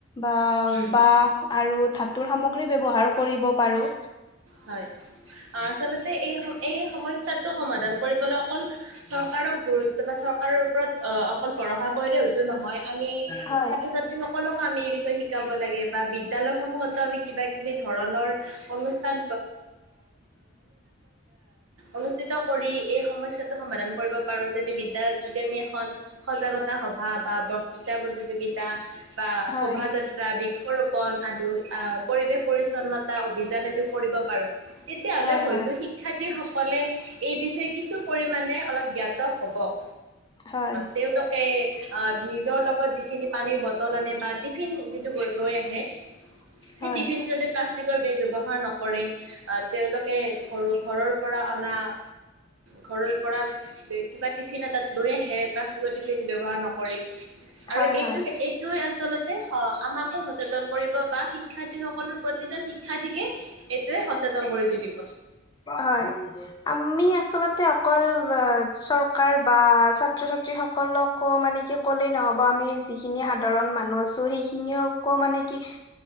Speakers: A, on the left (about 20°); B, on the right (about 85°).
A: বা
B: উম
A: বা আৰু সামগ্ৰী ব্যৱহাৰ কৰিব পাৰো
B: হয় আচলতে এই এই সমস্যাটো সমাধান কৰিবলৈ অকল চৰকাৰক গুৰুত্ব বা চৰকাৰৰ ওপৰত অহ অকল ভৰসা কৰিলে হয়তো নহয় আমি
A: হয়
B: ছাত্ৰ ছাত্ৰী সকলকো আমি এই বিষয়ে শিকাব লাগে বা বিদ্যালয়সমূহতো আমি কিবা কিবি ধৰণৰ অনু অনুষ্ঠান অনুষ্ঠিত কৰি এই সমস্যাটো সমাধান কৰি কৰিব পাৰো যেনে বিদ্যয় যোগে আমি এখন সজাগতা সভা বা বক্তৃতা প্ৰতিযোগিতা বা
A: হয়
B: শভাযাত্ৰা বৃক্ষৰোপন আদি আহ পৰিৱেশ পৰিচ্ছন্নতা অভিযান আমি কৰিব পাৰো তেতিয়াাহলে
A: হয়
B: হয়তো
A: হয়
B: শিক্ষাৰ্থীৰ ক'লে এই বিষয়ে কিছু পৰিমাণে অলপ জ্ঞাত হ'ব অ',
A: হয় হয়
B: তেউলোকোকেই নিজৰ লগত যিখিনি পানীৰ বটল আনে বা টিফিন যিটো লৈ আহে। সেই
A: হয়
B: টিফিন টো যা প্লাষ্টিকৰ বেগ ব্যৱহাৰ নকৰে কৰে আহ তেওঁলোকে ঘৰু ঘৰৰ পৰা অনা ঘৰৰ পৰা কিবা টিফিন এটাাত লৈ আহে প্লাষ্টিকৰ টিফিন ব্যৱহাৰ নকৰি আৰু
A: হয়
B: এইটো
A: হয়
B: এইটো আচলতে আমাকো সচেতন কৰিব। বা শিক্ষাৰ্থি সকলৰ প্ৰতিজন শিক্ষাৰ্থীকে এইটোয়ে সচেতন কৰি তুলিব
A: হয় আমি আচলতে অকল চৰকাৰ বা ছাত্ৰ ছাত্ৰীস অকলকো মানে কি ক'লেই নহ'ব আমি যিখিনি সাধাৰণ মানুহ আছোঁ সেইখিনিকো মানে কি?